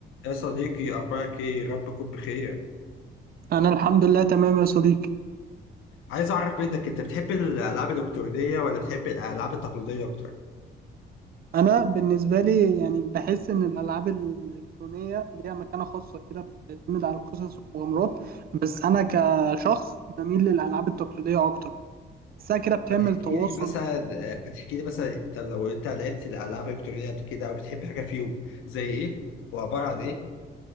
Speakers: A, on the left (about 90°); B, on the right (about 50°).
A: يا صديقي أخبارك إيه؟ يا رب تكون بخير.
B: أنا الحمد لله تمام يا صديقي
A: عايز أعرف منك أنت بتحب الألعاب الإلكترونية ولا بتحب الألعاب التقليدية أكتر؟
B: أنا بالنسبة لي يعني بحس إن الألعاب الإلكترونية ليها مكانة خاصة كده بتعتمد على القصص والمغامرات بس أنا كشخص بميل للألعاب التقليدية أكتر بحسها كده بتعمل
A: طب ما تحكي
B: تواصل
A: لي مثلا آه، ما تحكي لي مثلا أنت لو أنت لعبت الألعاب الإلكترونية قبل كده أو بتحب حاجة فيهم زي إيه؟ وعبارة عن إيه؟